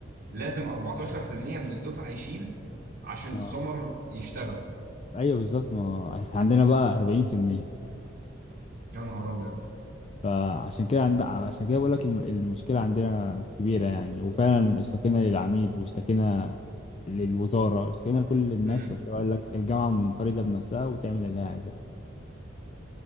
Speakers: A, on the right (about 50°); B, on the left (about 30°).
A: لازم 14% من الدفعه يشيل عشان السمر
B: اه
A: يشتغل
B: ايوه بالظبط ما هو إحنا عندنا بقى 40%
A: يا نهار ابيض
B: فعشان كده عند... عشان كده بقول لك الم- المشكلة عندنا كبيرة يعني وفعلا اشتكينا للعميد واشتكينا للوزارة اشتكينا لكل الناس
A: مم.
B: بس قال لك الجامعة منفردة بنفسها وتعمل اللي هي عايزاه